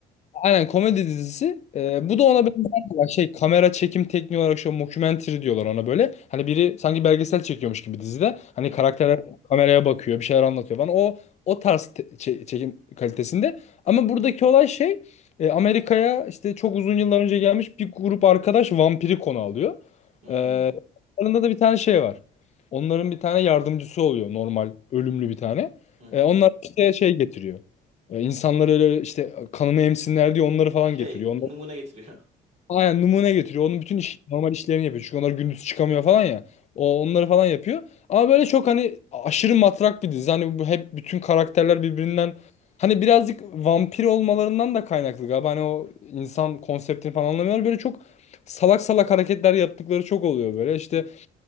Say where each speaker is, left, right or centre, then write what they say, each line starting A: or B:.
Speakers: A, on the left; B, on the right.
A: Aynen komedi dizisi. Ee, bu da ona benzer bir şey kamera çekim tekniği olarak şu mockumentary diyorlar ona böyle. Hani biri sanki belgesel çekiyormuş gibi dizide. Hani
B: Hı
A: karakterler
B: hı.
A: kameraya bakıyor, bir şeyler anlatıyor falan. O o tarz te- çe- çekim kalitesinde. Ama buradaki olay şey e, Amerika'ya işte çok uzun yıllar önce gelmiş bir grup arkadaş vampiri konu alıyor.
B: Hmm,
A: Ee, aralarında da bir tane şey var. Onların bir tane yardımcısı oluyor normal ölümlü bir tane.
B: Hı hı.
A: Ee, onlar işte şey getiriyor. E, insanlar öyle işte e, kanımı emsinler diye onları falan
B: Şey
A: getiriyor. Onları,
B: numune getiriyor.
A: aynen numune getiriyor. Onun bütün iş, normal işlerini yapıyor. Çünkü onlar gündüz çıkamıyor falan ya. O onları falan yapıyor. Ama böyle çok hani aşırı matrak bir dizi. Hani bu hep bütün karakterler birbirinden hani birazcık vampir olmalarından da kaynaklı galiba. Hani o insan konseptini falan anlamıyorlar. Böyle çok salak salak hareketler yaptıkları çok oluyor böyle. İşte
B: <laughs>